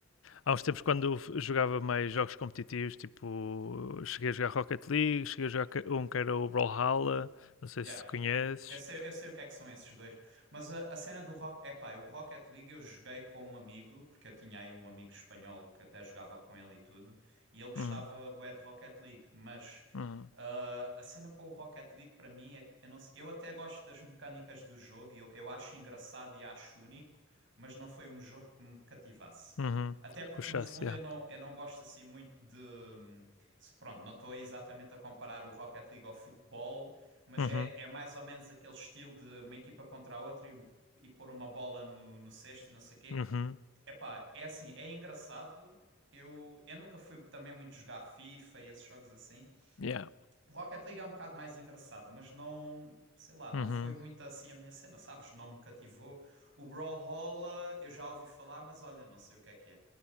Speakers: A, on the left (about 85°); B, on the right (about 65°).
A: Há uns tempos, quando f- jogava mais jogos competitivos, tipo, cheguei a jogar Rocket League, cheguei a jogar ca- um que era o Brawlhalla, não sei
B: Yeah.
A: se conheces.
B: Eu sei, eu sei o que é que são esses dois, mas a, a cena do Rock, epá, o Rocket League eu joguei com um amigo, porque eu tinha aí um amigo espanhol que até jogava com ele e tudo, e ele gostava
A: Uhum,
B: bué de Rocket League, mas
A: uhum,
B: ah, a cena com o Rocket League para mim é que eu não sei- eu até gosto das mecânicas do jogo, e eu, eu acho engraçado e acho único, mas não foi um jogo que me cativasse.
A: uhum.
B: Até porque
A: Puxasse,
B: no fundo
A: yeah.
B: eu não, eu não gosto assim muito de. hum, se- Pronto, não estou exatamente a comparar o Rocket League ao futebol, mas
A: Uhum,
B: é, é mais ou menos aquele estilo de uma equipa contra a outra e, e pôr uma bola no, no cesto e não sei o quê.
A: uhum.
B: Epá, é assim, é engraçado. Eu, eu nunca fui também muito jogar FIFA e esses jogos assim.
A: Yeah.
B: Rocket League é um bocado mais engraçado, mas não, sei lá, não
A: Uhum.
B: foi muito assim a minha cena, sabes? Não me cativou. O Brawlhalla eu já ouvi falar, mas olha, não sei o que é que é.